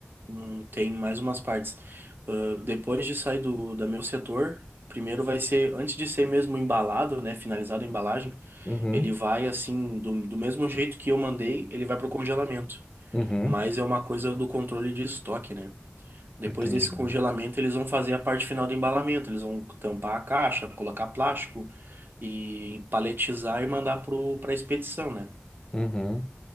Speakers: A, on the right; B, on the left.
A: hum, tem mais umas partes. Ah, depois de sair do, da meu setor, primeiro vai ser, antes de ser mesmo embalado, né, finalizado a embalagem,
B: Uhum,
A: ele vai assim, do, do mesmo jeito que eu mandei, ele vai pro congelamento.
B: uhum,
A: Mas é uma coisa do controle de estoque, né? Depois
B: entendido.
A: desse congelamento, eles vão fazer a parte final do embalamento. Eles vão tampar a caixa, colocar plástico e paletizar e mandar para a expedição, né?
B: Uhum.